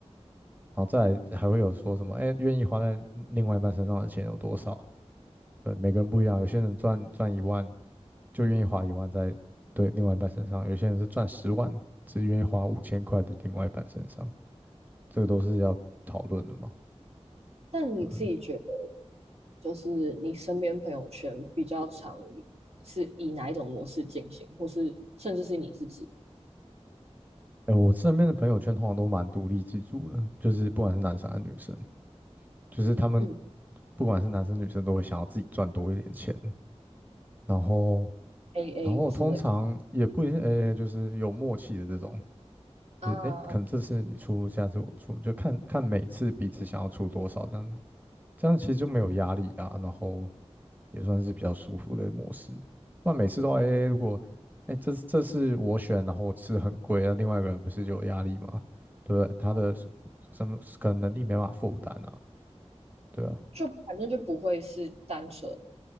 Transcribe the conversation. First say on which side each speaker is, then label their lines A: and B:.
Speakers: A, on the right; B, on the right.
A: 然后再来还会有说什么，哎，愿意花在另外一半身上的钱有多少？对，每个人不一样，有些人赚赚一万就愿意花一万在对另外一半身上，有些人是赚十万只愿意花五千块的另外一半身上，这个都是要讨论的嘛。
B: 但你自己觉得，
A: 对不对？
B: 就是你身边朋友圈比较常是以哪一种模式进行，或是甚至是你自己？
A: 哎、我身边的朋友圈通常都蛮独立自主的，就是不管是男生还是女生，就是他们
B: 嗯
A: 不管是男生女生都会想要自己赚多一点钱，然后
B: AA
A: 然后通常也不一定，
B: 之类
A: 哎、就是有默契的这种，就是哎、
B: 啊，
A: 可能这次你出，下次我出，就看看每次彼此想要出多少这样子，这样其实就没有压力啊，然后也算是比较舒服的模式。不然每次都 AA，如果哎、这这是我选，然后我吃得很贵，那另外一个人不是就有压力吗？对不对？他的
B: 哦，
A: 什么可能能力没办法负担啊？对啊，
B: 就反正就不会是单纯，